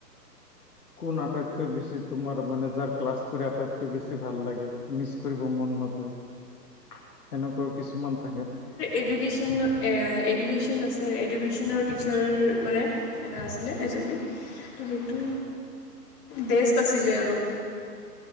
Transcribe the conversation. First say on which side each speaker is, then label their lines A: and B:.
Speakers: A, on the left; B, on the left.
A: কোন আটাইতকৈ বেছি তোমাৰ মানে যাৰ ক্লাছ কৰি আটাইতকৈ বেছি ভাল লাগে? মিচ কৰিব মন নাযায় সেনেকুৱাও কিছুমান থাকে ন
B: এডুকেশ্যনত এডুকেশ্যন আছে এডুকেশ্যনৰ টিচাৰ মানে এটা আছিলে এজনী ত' সেইটো বেষ্ট আছিলে আৰু